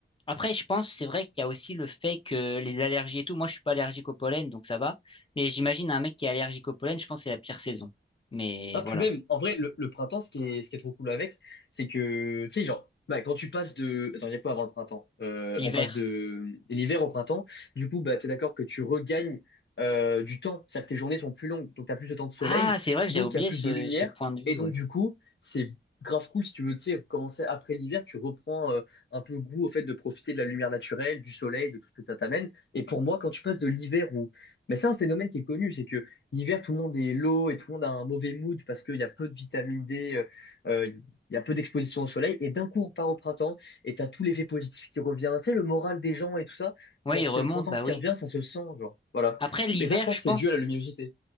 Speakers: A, on the left; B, on the left.
A: Après, je pense, c'est vrai qu'il y a aussi le fait que les allergies et tout, moi je suis pas allergique au pollen, donc ça va. Mais j'imagine un mec qui est allergique au pollen, je pense que c'est la pire saison. Mais
B: Ah, puis
A: voilà.
B: même, en vrai, le, le printemps, ce qui est, ce qui est trop cool avec, c'est que, tu sais, genre, bah, quand tu passes de... Attends, il y a quoi avant le printemps? Euh,
A: L'hiver.
B: on passe de l'hiver au printemps. Du coup, bah, t'es d'accord que tu regagnes euh, du temps. C'est-à-dire que tes journées sont plus longues, donc t'as plus de temps de soleil,
A: Ah, c'est vrai que
B: donc
A: j'ai oublié
B: il y a plus
A: ce,
B: de lumière.
A: ce point de vue,
B: Et donc,
A: ouais.
B: du coup, c'est grave cool si tu veux, tu sais, commencer après l'hiver, tu reprends euh, un peu goût au fait de profiter de la lumière naturelle, du soleil, de tout ce que ça t'amène. Et pour moi, quand tu passes de l'hiver où... Mais c'est un phénomène qui est connu, c'est que L'hiver, tout le monde est low et tout le monde a un mauvais mood parce qu'il y a peu de vitamine D, euh, euh, il y a peu d'exposition au soleil. Et d'un coup, on part au printemps et t'as tout l'effet positif qui revient. Tu sais, le moral des gens et tout ça,
A: Ouais,
B: quand
A: il
B: c'est
A: remonte,
B: le printemps
A: bah
B: qui
A: oui.
B: revient, ça se sent, genre. Voilà.
A: Après, l'hiver,
B: Mais ça, je pense,
A: je pense,
B: c'est dû à la luminosité.